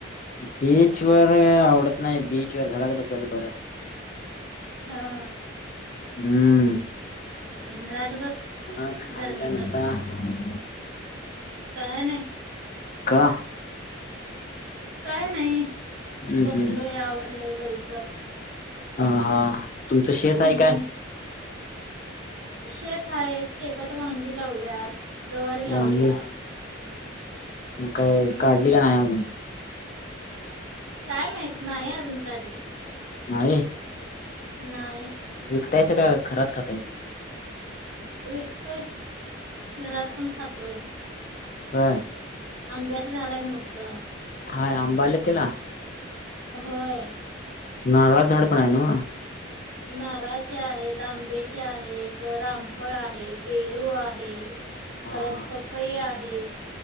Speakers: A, on the left; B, on the right.
A: बीचवर आवडत नाही, बीचवर घरात बसलेलं बरं.
B: हा.
A: हम्म.
B: घरात बस.
A: मग
B: गरमी
A: आणि काय म्हणता.
B: खात काय नाही.
A: का.
B: काय नाही
A: हम्म
B: बसलोय
A: हम्म
B: आवरलंय लवकर.
A: ह, हा. तुमचं शेत
B: हम्म,
A: आहे काय.
B: शेत आहे शेतात वांगी लावल्यात. गवारी लावल्या.
A: वांगी मग काय
B: हम्म,
A: काढली का नाही अजून.
B: काय माहत नाही अजून काढली.
A: नाही.
B: नाही.
A: विकतासा काय घरात खातायसा.
B: विकतोय. घरात पण खातोय.
A: हा.
B: अंब्याच झाड आहे मोठ
A: हा, आंबे आले त्याला?
B: होय.
A: नारळाचं झाड पण आहे ना?
B: नारळाचे आहेत, आंब्याचे आहेत, रामफळ आहे, पेरू आहे परत
A: हा
B: पपई आहे